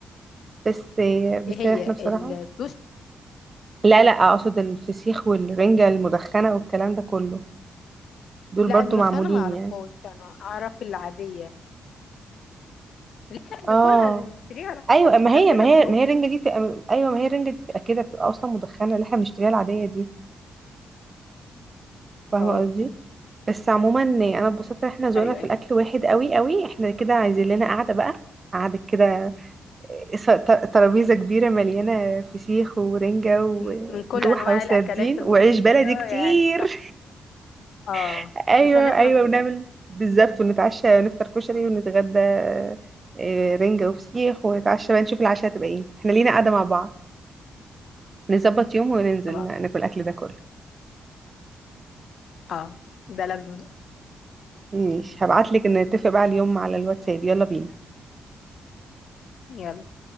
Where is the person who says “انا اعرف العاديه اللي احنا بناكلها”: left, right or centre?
Left